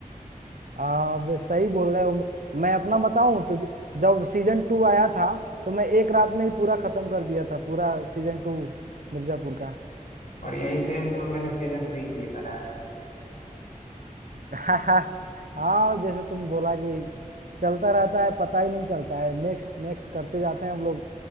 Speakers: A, on the right; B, on the left.
A: आप सही बोल रहे हो मैं अपना बताऊं तो ज- जब सीजन टू आया था तो मैं एक रात में ही पूरा खत्म कर दिया था पूरा सीजन टू मिर्जापुर का
B: और यही सेम काम मैंने सीजन थ्री के लिए करा है
A: <laughs> हाँ जैसे तुम बोला कि चलता रहता है पता ही नहीं चलता है नेक्स्ट नेक्स्ट करते जाते हैं हम लोग